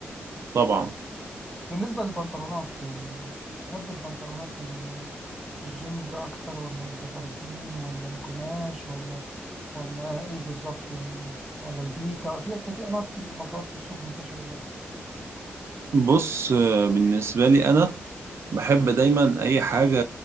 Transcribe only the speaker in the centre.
بالنسبه للبنطلونات آه، بحب البنطلونات ال- الجينز اكتر ولا الجبردين ولا الجماش ولا ولا ايه بالظبط يعني ولا البيكا في كتير انواع كتير في البطاطا في السوق منتشره ده